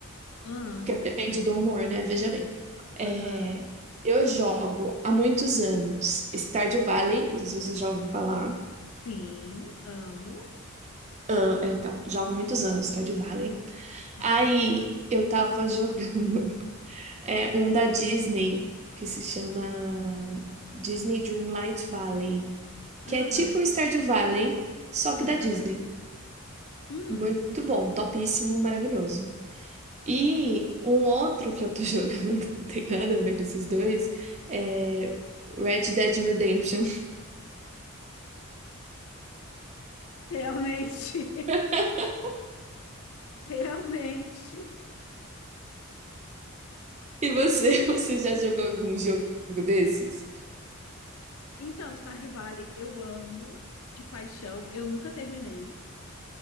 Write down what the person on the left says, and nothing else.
Ah,
aham.
Sim, amo.
Aham.
Ah,
aham.
Hum,
realmente,
<laughs> realmente.
Então, Stardew Valley eu amo de paixão. Eu nunca terminei,